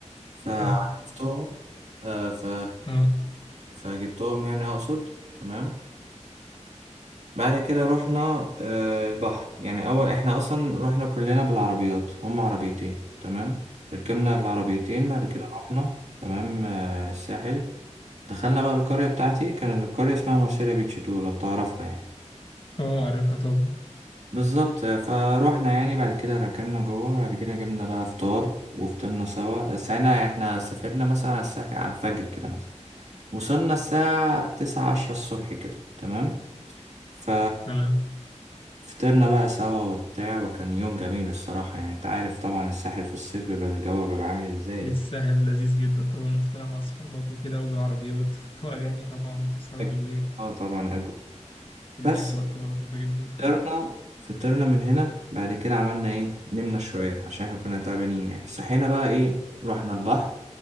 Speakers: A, on the right; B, on the left.
A: فعرفتهم
B: <laughs>
A: آه، ف
B: أه
A: فجبتهم يعني اقصد تمام بعد كده رحنا آه، البحر يعني اول احنا اصلا رحنا كلنا بالعربيات هم عربيتين تمام ركبنا العربيتين بعد كده رحنا تمام آه، الساحل دخلنا بقى القرية بتاعتي كان القرية اسمها مارسيليا بيتش تو لو تعرفها يعني
B: أه عارفها طبعا
A: بالظبط آه، فروحنا يعني بعد كده ركننا جوه بعد كده جبنا بقى فطار وفطرنا سوا ساعتها احنا سافرنا مثلا على الساعة على الفجر كده مثلا وصلنا الساعة تسعة عشرة الصبح كده تمام ف
B: تمام
A: فطرنا بقى سوا وبتاع وكان يوم جميل الصراحة يعني انت عارف طبعا الساحل في الصيف بيبقى الجو بيبقى عامل ازاي
B: إيه
A: يعني.
B: الساحل لذيذ جدا طبعا أنت طالع مع أصحابك وكده وبالعربيات <laughs> وأغاني طبعا تسهروا
A: أجو-
B: بالليل
A: اه طبعا اجو
B: فالأجواء
A: بس
B: بتبقى لطيفة جدا حقيقي
A: فطرنا فطرنا من هنا بعد كده عملنا ايه نمنا شوية عشان احنا كنا تعبانين يعني صحينا بقى ايه رحنا البحر